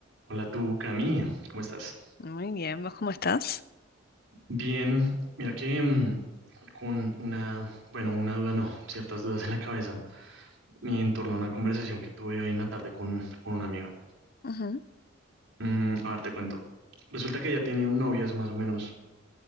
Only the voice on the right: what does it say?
Hola tú, Cami, ¿cómo estás?
Bien, mira que mm, con una, bueno, una duda no, ciertas dudas en la cabeza, me en torno a una conversación que tuve hoy en la tarde con, con una amiga.
Mm, a ver, te cuento. Resulta que ella tiene un novio hace más o menos,